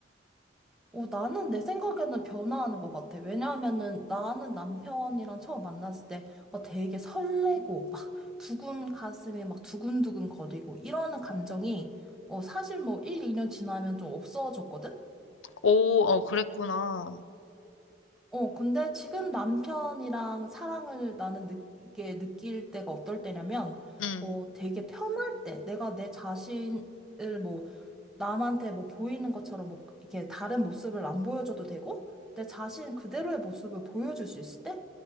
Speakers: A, in the centre; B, on the left (about 80°).
A: 어, 나는 내 생각에는 변화하는 것 같아. 왜냐하면은 나는 남편이랑 처음 만났을 때 막 되게 설레고 막 두근 가슴이 막 두근두근 거리고 이러는 감정이 어, 사실 뭐 1, 2년 지나면 좀 없어졌거든?
B: 오, 어, 그랬구나.
A: 어, 근데 지금 남편이랑 사랑을 나는 느끼게 느낄 때가 어떨 때냐면
B: 응.
A: 어, 되게 편할 때 내가 내 자신 을뭐 남한테 뭐 보이는 것처럼 뭐 이렇게 다른 모습을 안 보여줘도 되고 내 자신 그대로의 모습을 보여줄 수 있을 때